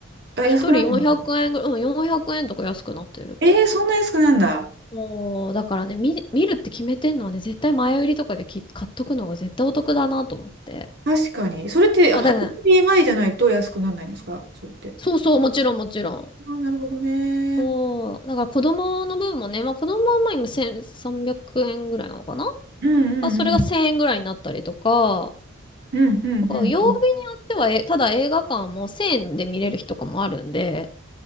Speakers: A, on the right (about 55°); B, on the left (about 25°).
A: あ、
B: 一人400円ぐらい、
A: 安くなってますね。
B: うん、400円とか安くなってる。
A: えー、そんな安くなんだ。
B: そう、だからね、見、見るって決めてんのはね、絶対前売りとかでき買っとくのが絶対お得だなと思って。
A: 確かに。それって、初耳前じゃないと安くならないんですかそれって。
B: そうだね。そうそう、もちろんもちろん。
A: あー、なるほどね。
B: そう、だから子供の分もね、まあ子供はまあ今1300円ぐらいなのかな
A: うんうんうん。
B: まあそれが1000円ぐらいになったりとか、
A: うんうんうんうん。
B: だから曜日によっては、え、ただ映画館も1000円で見れる日とかもあるんで、